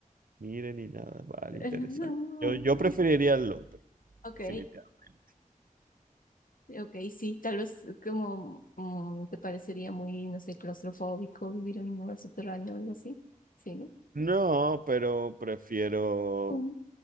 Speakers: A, on the right; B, on the left.
A: mire ni nada? Vale,
B: <laughs>
A: interesante. Yo, yo preferiría el otro,
B: Ok,
A: definitivamente.
B: ok, sí, tal vez como mm, te parecería muy, no sé, claustrofóbico vivir en un lugar subterráneo o algo así. Sí, ¿no?
A: No, pero prefiero
B: Ujú,